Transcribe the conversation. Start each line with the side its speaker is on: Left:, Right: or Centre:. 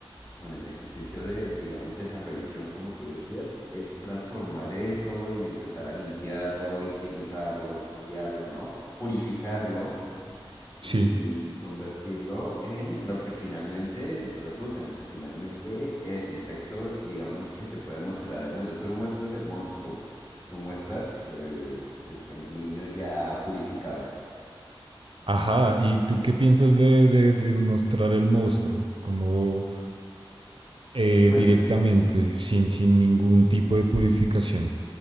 Left: con el ejercicio de, digamos, de la revisión, como tú decías, es transformar eso y empezar a limpiarlo, higienizarlo, cambiarlo, ¿no? Purificarlo, ¿no?
Right: sí.
Left: Y convertirlo en lo que finalmente resulta, en lo que finalmente es un texto, digamos, que se puede mostrar al mundo. Tú no muestras el monstruo, tú muestras el, el- el niño ya purificado.
Right: Ajá. ¿Y tú qué piensas de, de, de mostrar el monstruo como eh,
Left: Pues
Right: directamente, sin, sin ningún tipo de purificación?